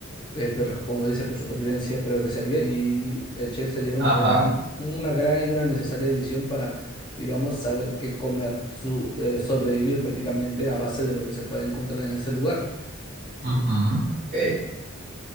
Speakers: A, on the left; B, on the right.
A: Eh, pero como dice, por supervivencia creo que sería, y el chef sería una
B: Ajá.
A: gran, una gran y una necesaria adición para, digamos, saber qué comer, su, eh, sobrevivir prácticamente a base de lo que se puede encontrar en ese lugar.
B: ujú, ok.